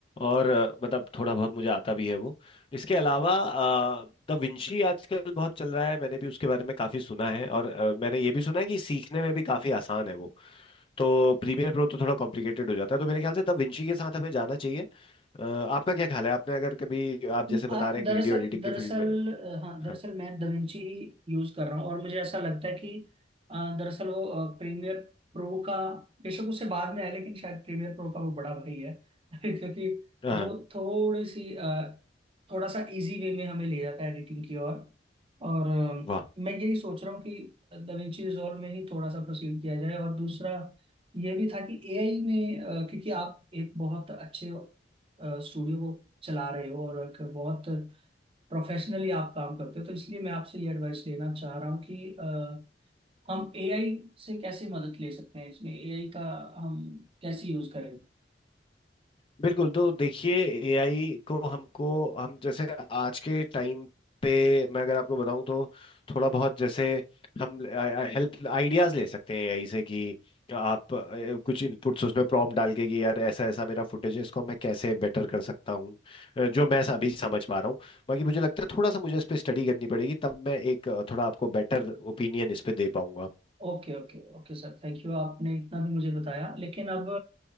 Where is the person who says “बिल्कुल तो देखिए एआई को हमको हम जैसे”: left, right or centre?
Left